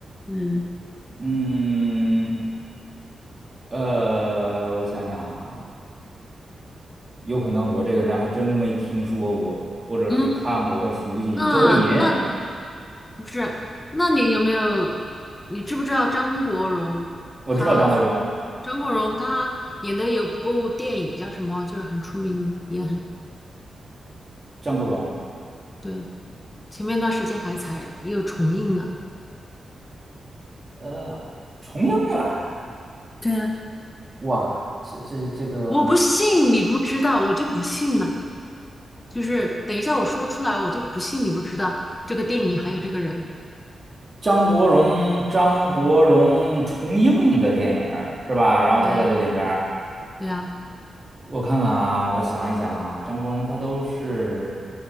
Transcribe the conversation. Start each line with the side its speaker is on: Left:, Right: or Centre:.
Left: 嗯
Right: 嗯，呃，我想想啊，有可能我这个人还真没听说过，或者是看过和熟悉。
Left: 嗯，那那
Right: 周慧敏，
Left: 不是，那你有没有，你知不知道张国荣他，
Right: 我知道张国荣，
Left: 张国荣他演的有部电影叫什么，就是很出名，也很
Right: 张国荣，
Left: 对，前面段时间还才又重映呢。
Right: 呃，重映了还，
Left: 对啊，
Right: 哇，这这这个
Left: 我不信你不知道，我就不信了。就是等一下我说出来，我就不信你不知道这个电影还有这个人。
Right: 张国荣，张国荣重映的电影儿是吧？然后他在这里边儿。
Left: 对呀，对呀，
Right: 我看看啊，我想一想啊，张国荣他都是